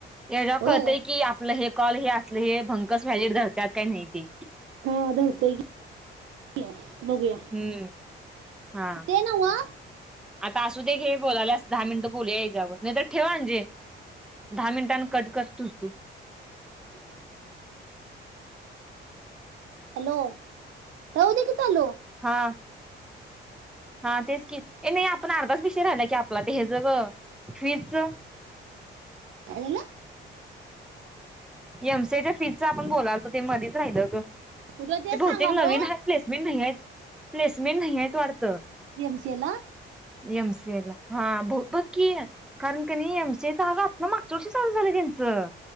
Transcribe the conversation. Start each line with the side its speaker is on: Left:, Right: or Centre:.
Centre: याच्यावर
Right: होय
Centre: कळतय की आपलं हे कॉल हे असले हे भंकस व्हॅलेट धरतात काही नाही. ते
Right: हा धर त्यात की बघूया
Centre: हम्म हा
Right: ते नव्ह.
Centre: आता असू ते घे बोलाल्यास दहा मिनिटं बोलू याच्यावर नाही. तर ठेव अंजे दहा मिनिटांन कट कर तुझ तू.
Right: हॅलो राहु दे की चालू.
Centre: हा हा तेच की नाही आपण अर्धाच विषय राहिला की आपला तर हे च ग फीजच.
Right: काय झालं?
Centre: एमसी ए च्या फीजचा आपण बोलालतो ते मध्येच राहिलं ग.
Right: मी तुला तेच
Centre: ते
Right: सांगालोय
Centre: बहुतेक नवीन हा प्लेसमेंट नाही आहे. प्लेसमेंट नाही आहे वाटत य. वाट्त
Right: एमसीए ला
Centre: एमसीए ला हा कि कारण कणी एमसी ए च अगं आता मागच्या वरशी चालू झालं त्यांचं.